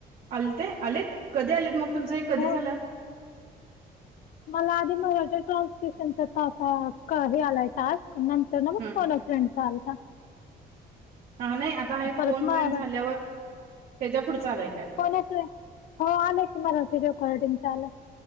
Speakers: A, on the right; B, on the left.
A: आलते आलेत, कधी आलेत मग तुमचं एक कधी
B: हो
A: झालं?
B: मला आधी मग वाटलं ट्रान्सपेशन तास अ हे आलाय टास्क. नंतरन मग
A: हम्म
B: फोन अ फ्रेंड चा आलता.
A: हा नाही आता हे
B: परत
A: फोन फ्रीन्ड
B: मरा
A: झाल्यावर, तेच्या पुढचा आलाय का?
B: कोणाचय हो आलंय की मला ते रेकॉर्डिंगचं आलं.